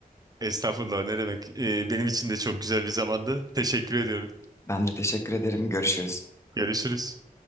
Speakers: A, on the right; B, on the left.
A: Estağfurullah ne demek. E, benim için de çok güzel bir zamandı. Teşekkür ediyorum.
B: Ben de teşekkür ederim. Görüşürüz.
A: Görüşürüz.